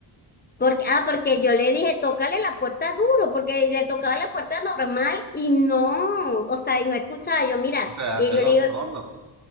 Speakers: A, on the left (about 20°); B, on the right (about 35°).
A: Porque, ah, porque yo le dije, tócale la puerta duro, porque le tocaba la puerta normal y no, o sea, y no escuchaba. Yo, mira,
B: O sea,
A: y
B: hacen
A: yo le
B: los
A: digo,
B: tornos.